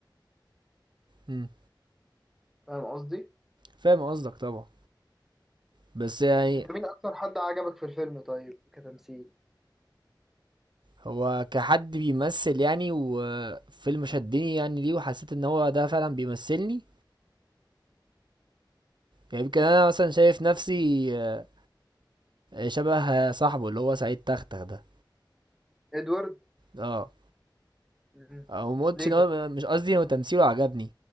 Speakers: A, on the right; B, in the centre.
A: أمم،
B: فاهم قصدي
A: فاهم قصدك طبعا بس يعني
B: انت مين اكتر حد عجبك في الفيلم طيب كتمثيل
A: هو كحد بيمثل يعني وفيلم شدني يعني ليه وحسيت ان هو ده فعلا بيمثلني يعني يمكن انا مثلا شايف نفسي آه، شبه صاحبه اللي هو سعيد تختخ ده
B: ادوارد
A: اه
B: مم.
A: او ما قلتش
B: ليه
A: ان
B: طب
A: هو مش قصدي هو تمثيله عجبني